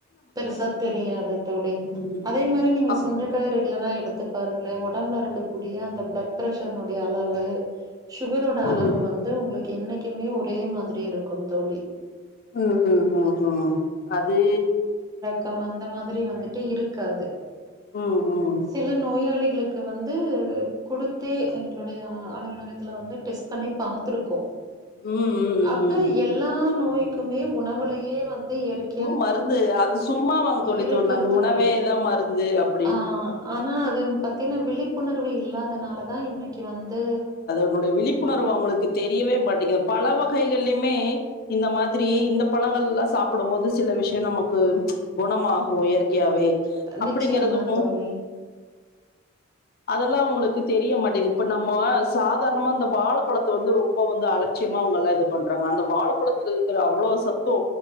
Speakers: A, on the right; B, on the left.
A: பெருசா தெரியாது தோழி
B: ம்
A: அதே மாரி நீங்க
B: ஆ
A: சுண்ட காய் ரெகுலரா எடுத்துப் பாருங்ளே ஒடம்புல இருக்கக்கூடிய அந்த பிளட் பிர்ஷர்னுடைய அளவு சுகரோட அளவு
B: ம்
A: வந்து உங்களுக்கு என்னைக்குமே ஒரே மாதிரி இருக்கு தோழி
B: ம் ம் ம் ம் அது
A: கம் அந்த மாதிரி வந்துட்டு இருக்காது
B: ம் ம்
A: சில நோயாளிகளுக்கு வந்து குடுத்தே எங்களுடைய அலுவலகத்துல வந்து டெஸ்ட் பண்ணி பாத்ருக்கோ
B: ம் ம்
A: அப்ப
B: ம்
A: எல்லா நோய்க்குமே உணவுலயே வந்து இருக்கு
B: ம் மருந்து அது சும்மா வாங்கத் தோழி
A: இருக்கு
B: துர்
A: தோழி
B: உணவேதாம் மருந்து அப்
A: ஆ ஆனா அதன் பத்தின விழிப்புணர்வு இல்லாதனாலதா இன்னைக்கு வந்து
B: ன்னுடைய விழிப்புணர்வு அவுங்களுக்குத் தெரியவே மாட்டிக்க பல வகைகள்லியுமே இந்த மாதிரி இந்தப் பழங்கள்லா சாப்ட போது சில விஷ்யோ நமக்கு குணமாகு இயற்கையாவே அப்டிங்கறதுக்கு
A: நிச்சயமா தோழி
B: அதெல்லா உங்குளுக்கு தெரிய மாட்டேங்க்கு இப்ப நம்ம சாதாரணமா இந்த வாழப்பழத்த வந்து ரொம்ப வந்து அலட்சியமா அவுங்கல்லா இது பண் ட்றங்க அந்த வாழப்பழத்தல இருக்கிற அவ்ளோ சத்து